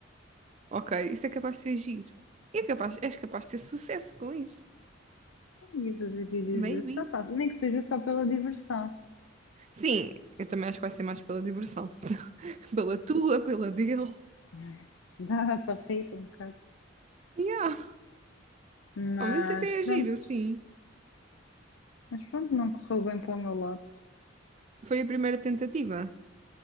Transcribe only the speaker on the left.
E fazer vídeos
desses, já faço. Nem que seja só pela diversão.
<laughs> Dá para rir um bocado.
Mas
pronto,
mas pronto, não correu bem para o meu lado.